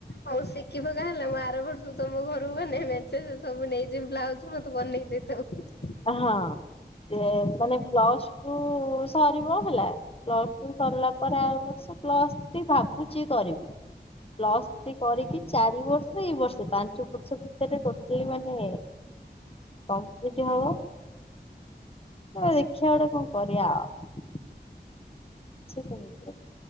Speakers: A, on the left; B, on the left.
A: ହୋଉ ଶିଖିପକା ହେଲା ମୁଁ ଆର ବର୍ଷ ତମ ଘରକୁ ଗନେ ମେଞ୍ଚେ ସେ ସବୁ ନେଇଯିମ୍ ବ୍ଲାଉଜୁ ମତେ ବନେଇ ଦେଇଥାଉ।
B: ହଁ ସିଏ ମାନେ ପ୍ଲସ୍ ଟୁ ସରିବ ହେଲା ପ୍ଲସ ଟୁ ସରିଲା ପରେ ଆର ବର୍ଷ ପ୍ଲସ ଥ୍ରୀ ଭାବୁଛି କରିବି। ପ୍ଲସ୍ ଥ୍ରି କରିକି ଚାରି ବର୍ଷ ଏଇ ବର୍ଷ ପାଞ୍ଚ ବର୍ଷ ଭିତରେ ଟୋଟାଲି ମାନେ କଂପ୍ଲିଟ୍ ହବ ଦେଖିବା ଗୋଟେ କଣ କରିବା ଆଉ। ସେଟ <unintelligible>